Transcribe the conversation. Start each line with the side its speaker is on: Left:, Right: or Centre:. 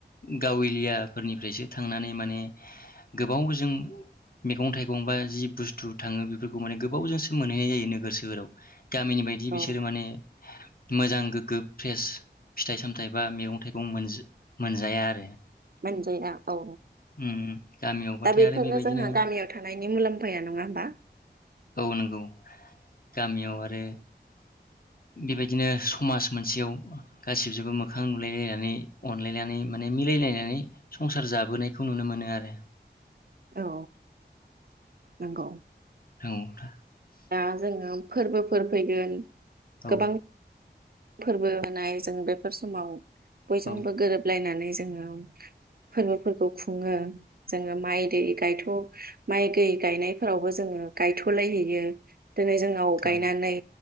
Left: गाव एलियाफोरनिफ्रायसो थांनानै माने गोबाव जों मैगं थाइगं बा जि बुस्थु थाङो बेफोरखौ माने गोबावजोंसो मोनहैनाय जायो नोगोर सोहोराव। गामिनि बायदि बिसोरो
Right: औ
Left: माने मोजां गोगो फ्रेस फिथाइ सामथाइ बा मैगं थाइगं मोनजा मोन जाया आरो
Right: मोनजाया औ
Left: उम गामियावबाथाय
Right: दा बेफोरनो
Left: आरो बेबायदिनो
Right: जोंहा गामियाव थानायनि मुलाम्फाया नङा होमबा?
Left: औ नोंगौ। गामियाव आरो बेबायदिनो समाज मोनसेयाव गासिबजोंबो मोखां नुलायलायनानै अनलायनानै माने मिलायलायनानै संसार जाबोनायखौ नुनो मोनो आरो।
Right: औ नोंगौ।
Left: औ था
Right: दा जोङो फोरबोफोर फैगोन
Left: औ।
Right: गोबां फोरबो होनाय जों बेफोर समाव बयजोंबो
Left: औ
Right: गोरोबलायनानै जोङो फोरबोफोरखौ खुङो। जोङो माइ दै गायथ' माइ गै गायनायफोरावबो जोङो गायथ'लायहैयो। <unintelligible> दिनै जोंनाव
Left: औ
Right: गायनानै